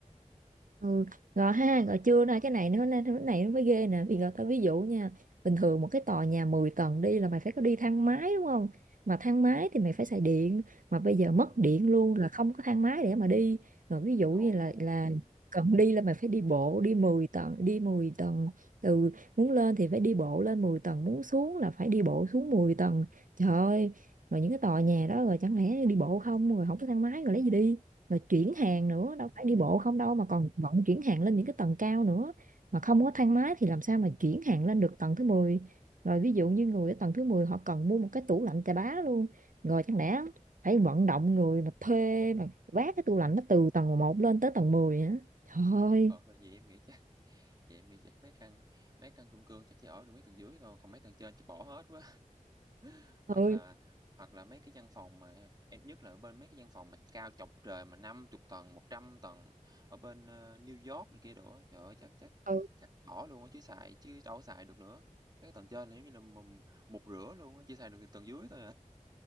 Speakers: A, on the right; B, on the right.
A: ừ gò ha gò chưa nói cái này nữa nên cái này nó mới ghê nè vì gò tao ví dụ nha bình thường một cái tòa nhà 10 tầng đi là mày phải có đi thang máy đúng không mà thang máy thì mày phải xài điện mà bây giờ mất
B: Ờ,
A: điện luôn là không có thang máy để mà đi rồi ví dụ
B: rồi
A: như là
B: luôn.
A: là cần đi là mày phải đi bộ đi 10 tầng đi 10 tầng từ muốn lên thì phải đi bộ lên 10 tầng muốn xuống là phải đi bộ xuống 10 tầng trời ơi rồi những cái tòa nhà đó rồi chẳng lẽ đi bộ không rồi không có thang máy rồi lấy gì đi rồi chuyển
B: Ừ,
A: hàng nữa đâu phải đi bộ
B: ừ,
A: không đâu mà còn vận chuyển hàng lên những cái tầng cao nữa mà không có thang máy thì làm sao mà chuyển hàng lên được tầng thứ mười rồi ví dụ như người ở tầng thứ 10 họ cần mua một cái tủ lạnh chà bá luôn rồi chẳng lẽ phải vận động người mà thuê mà vác cái tủ lạnh nó từ tầng một lên tới tầng 10 hả trời ơi
B: trời ơi, vậy em nghĩ chắc Vậy em nghĩ chắc mấy căn mấy căn chung cư chắc chỉ ở được mấy tầng dưới thôi, còn mấy tầng trên chắc bỏ hết quá. <laughs>
A: ơi
B: Hoặc là hoặc là mấy cái văn phòng mà em nhất là ở bên mấy cái văn phòng mà cao chọc trời mà 50 tầng, 100 tầng ở bên, ơ, New York này kia đồ á, trời ơi, chắc chắc
A: ừ,
B: chắc bỏ luôn á, chứ xài chứ đâu có xài được nữa. Mấy cái tầng trên là giống như là mùng mục rửa luôn á, chỉ xài được từ tầng dưới thôi à.